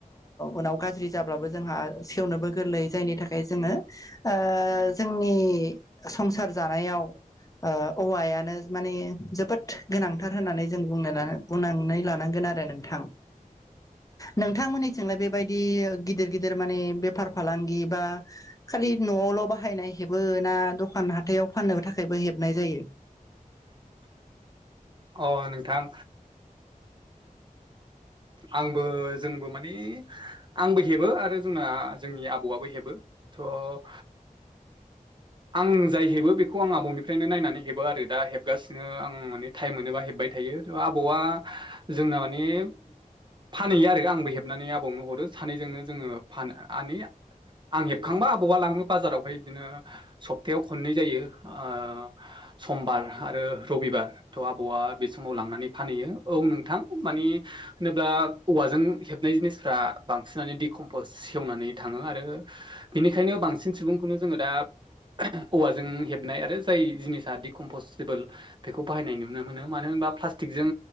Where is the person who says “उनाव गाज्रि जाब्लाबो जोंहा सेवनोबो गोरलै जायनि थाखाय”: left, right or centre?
Left